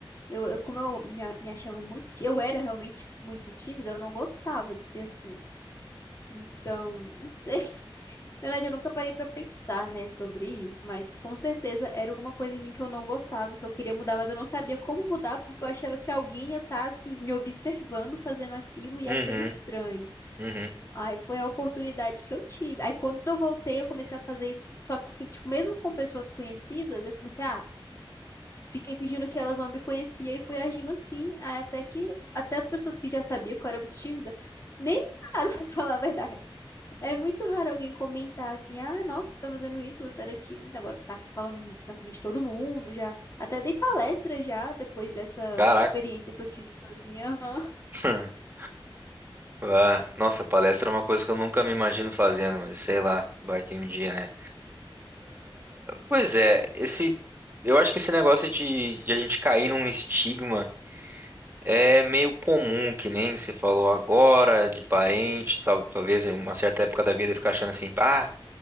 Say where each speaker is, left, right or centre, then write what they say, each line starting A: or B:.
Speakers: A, on the left (about 35°); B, on the right (about 25°).
A: eu, eu- como eu me, a- me achava muito, tí- eu era realmente muito tímida, eu não gostava de ser assim. Então, não sei, Na verdade, eu nunca parei pra pensar, né, sobre isso, mas com certeza era uma coisa em mim que eu não gostava, que eu queria mudar, mas eu não sabia como mudar porque eu achava que alguém ia estar assim me observando fazendo aquilo e
B: Uhum,
A: achando estranho.
B: uhum.
A: Aí foi a oportunidade que eu tive. Aí quando eu voltei, eu comecei a fazer isso, só que tipo, mesmo com pessoas conhecidas, eu comecei a Fiquei fingindo que elas não me conheciam e fui agindo assim, aí até que até as pessoas que já sabiam que eu era muito tímida, nem ligaram <laughs> pra falar a verdade. É muito raro alguém comentar assim: "Ah, nossa, você tá fazendo isso, você era tímida, agora você tá aqui falando na frente de todo mundo, já até dei palestra já depois dessa
B: Caraca.
A: experiência que eu tive sozinha". <laughs>
B: <laughs> Ah, nossa, palestra é uma coisa que eu nunca me imagino fazendo, mas sei lá, vai que um dia, né? Pois é, esse, eu acho que esse negócio de, de a gente cair num estigma é meio comum, que nem você falou agora, de parente, tal- talvez em uma certa época da vida ficar achando assim, ah,